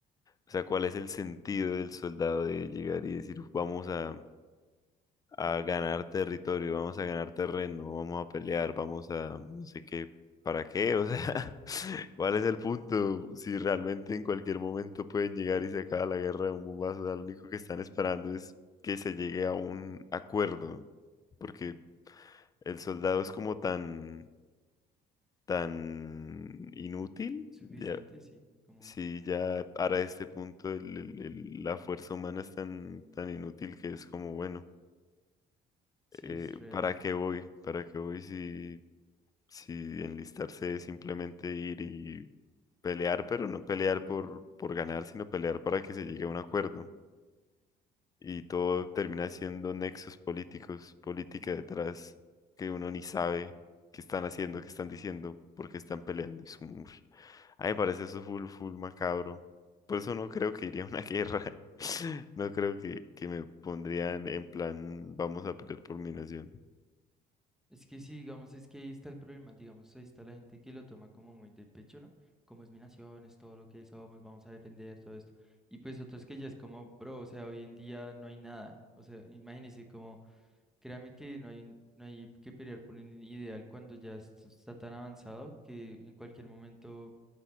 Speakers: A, on the left (about 20°); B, in the centre.
A: O sea, ¿cuál es el sentido del soldado de llegar y decir, vamos a, a ganar territorio, vamos a ganar terreno, vamos a pelear, vamos a no sé qué, ¿para qué? O sea, <laughs> ¿cuál es el punto? Si realmente en cualquier momento pueden llegar y se acaba la guerra de un bombazo, o sea, lo único que están esperando es que se llegue a un acuerdo, porque el soldado es como tan, tan inútil,
B: Suficiente,
A: ya,
B: sí, como,
A: si ya para este punto el- el- el- la fuerza humana es tan, tan inútil que es como, bueno.
B: sí,
A: eh,
B: es real.
A: ¿para qué voy? ¿Para qué voy si, si enlistarse es simplemente ir y pelear, pero no pelear por, por ganar, sino pelear para que se llegue a un acuerdo? Y todo termina siendo nexos políticos, política detrás, que uno ni sabe qué están haciendo, qué están diciendo, por qué están peleando. Y es un- uf. A mí me parece eso full, full macabro. Por eso no creo que iría a una guerra. <laughs> No creo que, que me pondrían en en plan, vamos a pelear por mi nación.
B: Es que sí, digamos, es que ahí está el problema, digamos, ahí está la gente que lo toma como muy de pecho, ¿no? Como es mi nación, es todo lo que somos, vamos a defender todo esto. Y pues otros que ya es como, bro, o sea, hoy en día no hay nada. O sea, imagínense como, créame que no hay, no hay que pelear por un ideal cuando ya esto está tan avanzado que en cualquier momento